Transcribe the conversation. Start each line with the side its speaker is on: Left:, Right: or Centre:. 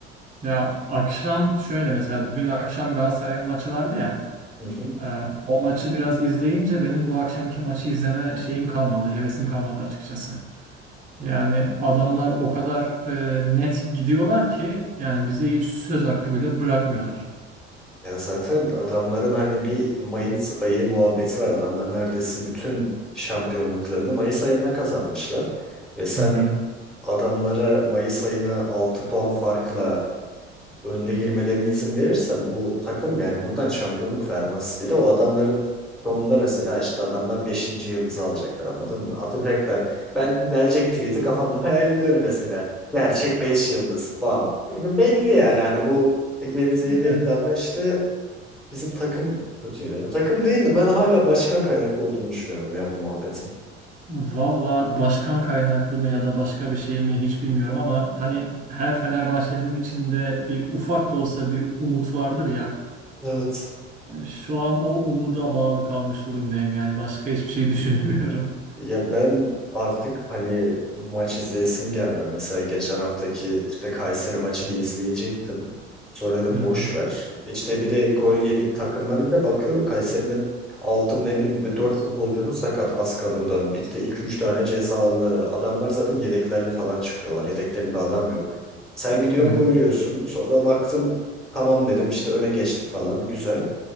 Right: Ya akşam şöyle mesela dün akşam Galatasaray'ın maçı vardı ya.
Centre: Hı hı.
Right: e, o maçı biraz izleyince benim bu akşamki maçı izleme şeyim kalmadı, hevesim kalmadı açıkçası. Yani adamlar o kadar e, net gidiyorlar ki yani bize hiç söz hakkı bile bırakmıyorlar.
Centre: Ya zaten adamların hani bir Mayıs ayı muhabbeti var. Adamlar neredeyse bütün şampiyonluklarını Mayıs ayında kazanmışlar. Ve sen
Right: Hı hı.
Centre: adamlara Mayıs ayına 6 puan farkla önde girmelerine izin verirsen bu takım yani buradan şampiyonluk vermez. Bir de o adamların sonunda mesela işte adamlar beşinci yıldızı alacaklar anladın mı? Atacaklar. Ben gelecek tweet'i kafamda <laughs> hayal ediyorum mesela. Gerçek 5 yıldız. Bam. Belli yani hani bu geleceği
Right: Evet.
Centre: belli ama işte bizim takım kötü ya. Ya Takım değil de ben hala başkan kaynaklı olduğunu düşünüyorum ya bu muhabbetin.
Right: Valla başkan kaynaklı mı ya da başka bir şey mi hiç bilmiyorum ama hani her Fenerbahçeli'nin içinde bir ufak da olsa bir umut vardır ya.
Centre: Evet.
Right: Şu an o umuda bağlı kalmış durumdayım yani başka hiçbir şey <laughs> düşünemiyorum.
Centre: Ya ben artık hani maç izleyesim gelmiyor. Mesela geçen haftaki işte Kayseri maçını izleyecektim. Sonra dedim
Right: Hı hı.
Centre: boş ver. İşte bir de gol yedik takımları bir de bakıyorum Kayseri'nin 6 ne bileyim 4 futbolcusu sakat az kadrodan. Bir de iki üç tane cezalı. Adamlar zaten yedeklerle falan çıkıyorlar. Yedeklerinde adam yok. Sen gidiyorsun
Right: Hı.
Centre: gol yiyorsun. Sonra baktım tamam dedim işte öne geçtik falan güzel.